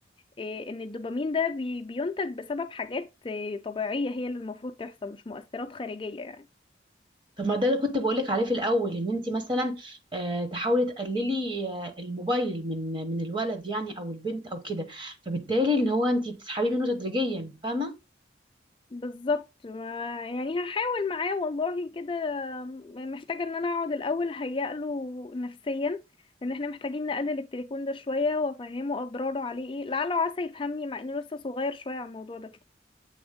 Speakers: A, on the left; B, on the right.
A: إيه، ان الدوبامين ده بي- بينتج بسبب حاجات إيه، طبيعية هي اللي المفروض تحصل مش مؤثرات خارجية يعني
B: طب ما ده اللي كنت بقولك عليه في الاول ان انت مثلا آه، تحاولي تقللي آه، الموبايل من من الولد يعني او البنت او كده فبالتالي ان هو انت بتسحبيه منه تدريجيا فاهمه
A: بالظبط ما يعني هحاول معاه والله كده م- محتاجة ان انا اقعد الاول هيأ له نفسيا ان احنا محتاجين نقلل التليفون ده شوية وافهمه اضراره عليه ايه لعله وعسى يفهمني مع انه لسه صغير شوية على الموضوع ده